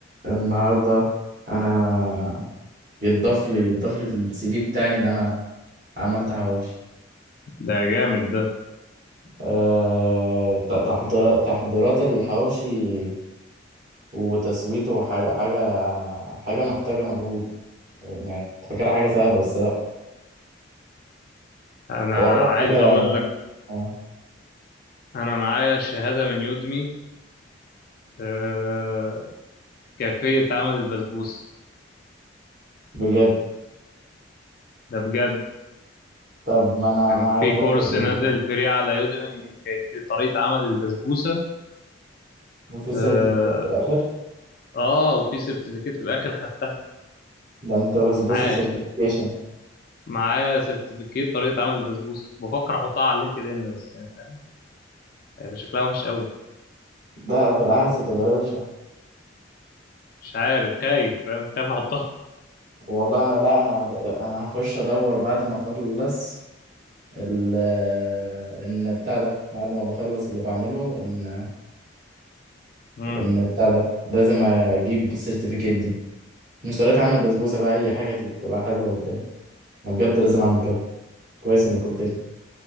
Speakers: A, on the right; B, on the left.
A: النهارده انا يتضاف لي يتضاف لي في السي في بتاعي ان انا عملت حواوشي
B: ده جامد ده
A: أه... ت- تحضيرات تحضيرات الحواوشي وتسويته وحاجة حاجة حاجة محتاجة مجهود يعني كنت فاكرها حاجة سهلة بس لا
B: انا
A: هو أول
B: عايز
A: حاجة
B: اقول
A: إنك
B: لك
A: آه،
B: انا معايا شهادة من يودمي آه، كيفية عمل البسبوسة
A: بجد
B: ده بجد
A: طب ما أنا
B: كان
A: أنا عايز
B: في كورس
A: آخد ال
B: نازل فري على يودمي كيفية طريقة عمل البسبوسة
A: وفي سيرتيفيكيت
B: اه
A: في الآخر
B: آه، وفي سيرتيفيكيت في الاخر خدت
A: ده أنت بسبوسة
B: معايا
A: سيرتيفيكيشن
B: معايا سيرتيفيكيت طريقة عمل البسبوسة بفكر احطها على اللينكد ان بس يعني فاهم هيبقى شكلها وحش قوي
A: ده بالعكس تبقى روشة
B: مش عارف خايف فاهم خايف احطها
A: والله أنا لا أنا هب- أنا هخش أدور بعد ما أخلص ال ان بتاع ده بعد ما بخلص اللي بعمله ان
B: امم
A: ان بتاع ده لازم اجيب السيرتيفيكيت دي مش طريقة عمل بسبوسة بقى اي حاجة تبقى حلوة قدامي انا بجد لازم اعمل كده كويس انك قلت لي